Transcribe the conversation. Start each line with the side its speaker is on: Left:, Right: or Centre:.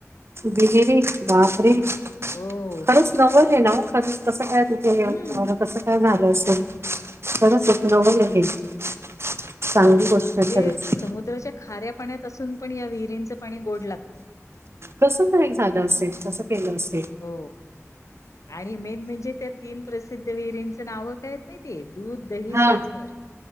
Right: बिरी बाप रे खरंच
Left: हो.
Right: नवल आहे ना मग खरंच कसं काय तिथे येन
Left: हम्म
Right: तुम्हा कसं काय झालं असेल. खरंच एक नवल आहे चांगली गोष्ट.
Left: म्हणजे
Right: आहे खरंच.
Left: समुद्राच्या खऱ्या पाण्यात असून पण या विहिरींचं पाणी गोड लागतं.
Right: कस तर एक झालं असेल कसं केलं असे.
Left: हो आणि मेन म्हणजे त्या तीन प्रसिद्ध विहिरींचं नाव काय? माहितीय दूध दही
Right: हां.
Left: साखर